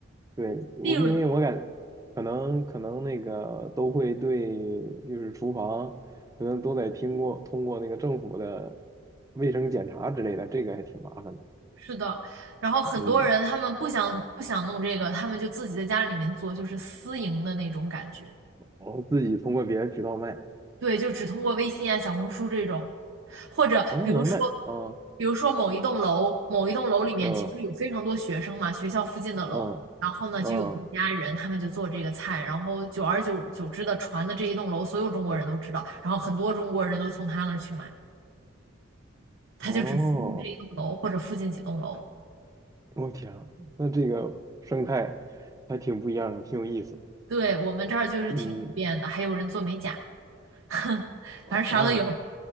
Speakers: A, on the right; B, on the right.
A: 对，我因为我感可能可能那个都会对，
B: 利润
A: 就是厨房可能都得听过通过那个政府的卫生检查之类的，这个还挺麻烦的。
B: 是的。然后很多人他们不想不想弄这个，
A: 嗯，
B: 他们就自己在家里面做，就是私营的那种感觉。
A: 然后自己通过别的渠道卖
B: 对，就只通过微信啊、小红书这种，或者比如说，
A: 啊，那能卖啊，
B: 比如说某一栋楼，某一栋楼里面其实有非常多学生嘛，
A: 嗯
B: 学校附近的楼，
A: 嗯嗯，
B: 然后呢就有一家人，他们就做这个菜，然后久而久久之的传的这一栋楼，所有中国人都知道，然后很多中国人都从他那儿去买，他就只服务这一栋楼或者附近几栋楼。
A: 哦，我天啊，那这个生态还挺不一样的，挺有意思。
B: 对，我们这儿就是挺普遍的，
A: 嗯，
B: 还有人做美甲，<laughs> 哼，反正啥都有。
A: 哦，